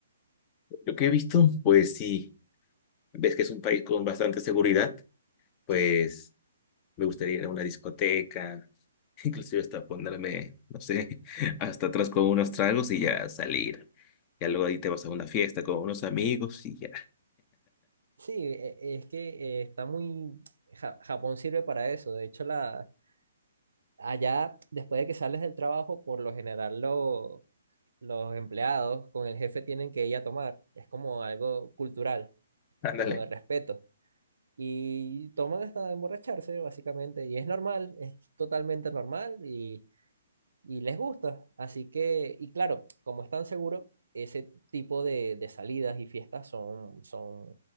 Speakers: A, on the left; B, on the right.
A: Lo que he visto, pues sí, ves que es un país con bastante seguridad, pues
B: Sí,
A: me gustaría ir a una discoteca, <laughs> inclusive hasta ponerme, no sé, <laughs> hasta atrás con unos tragos y ya salir. Ya luego ahí te vas a una fiesta con unos amigos y ya.
B: sí, e- es que eh, está muy... Ja- Japón sirve para eso. De hecho, la... allá, después de que sales del trabajo, por lo general lo- los empleados con el jefe tienen que ir a tomar. Es como algo cultural,
A: Ándale,
B: como de respeto. y toman hasta emborracharse, básicamente, y es normal, es totalmente normal y, y les gusta. Así que, y claro, como están seguros, ese tipo de, de salidas y fiestas son, son,